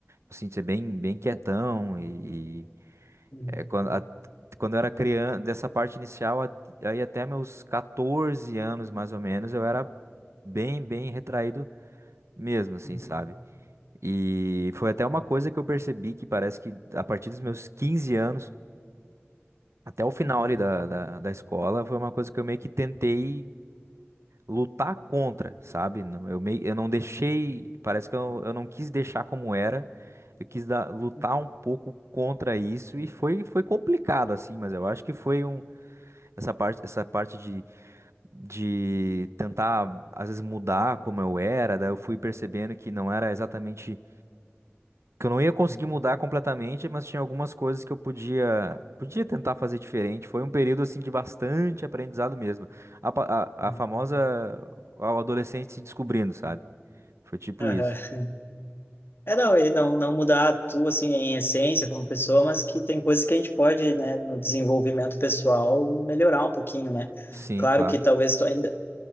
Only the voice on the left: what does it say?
uhum,
uhum.
Uhum,
uhum,
uhum,
uhum.
Aham.
É, não, e não, não mudar tu, assim, em essência como pessoa, mas que tem coisas que a gente pode, né, no desenvolvimento pessoal, melhorar um pouquinho, né?
Claro
que talvez tu ainda,